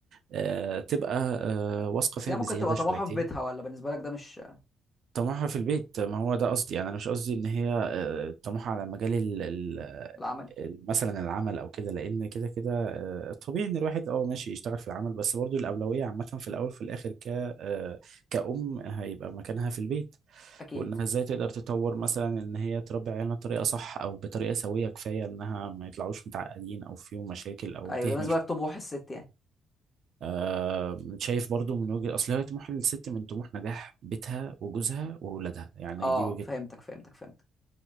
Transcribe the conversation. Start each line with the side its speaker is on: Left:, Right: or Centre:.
Right: آه تبقى آه واثقة
Left: بس
Right: فيها
Left: هي
Right: بزيادة
Left: ممكن تبقى
Right: شويتين
Left: طموحها في بيتها ولا بالنسبة لك ده مش آه،
Right: طموحها في البيت ما هو ده قصدي يعني. انا مش قصدي ان هي آه، طموحها على مجال ال ال-
Left: العملي
Right: ال- مثلا العمل او كده لان كده كده آه، طبيعي ان الواحد اه ماشي يشتغل في العمل بس برضو الاولويه عامه في الاول وفي الاخر ك آه، كأم هيبقى مكانها في البيت
Left: أكيد
Right: وانها ازاي تقدر تطور مثلا ان هي تربي عيالها بطريقه صح او بطريقه سويه كفايه انها ما يطلعوش متعقدين او فيهم مشاكل او
Left: أيوه
Right: تهمل
Left: ده بالنسبة لك طموح الست يعني
Right: آه، شايف برضو من وجهة اصل هي طموح الست من طموح نجاح بيتها وجوزها وولادها يعني
Left: اه
Right: دي وجهة
Left: فهمتك فهمتك فهمتك